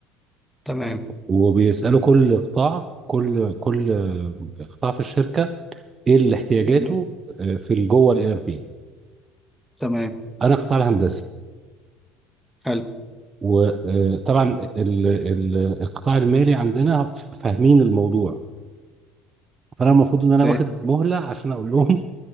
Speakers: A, in the centre; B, on the right (about 35°).
A: تمام
B: وبيسألوا كل قطاع كل كل آه، قطاع في الشركة ايه اللي احتياجاته
A: مم.
B: آه، في جوه الاي ار بي
A: تمام
B: انا قطاع الهندسي
A: حلو
B: وطبعا ال- ال- القطاع المالي عندنا ف- فاهمين الموضوع فانا المفروض ان انا
A: فاهم
B: واخد مهلة عشان اقول لهم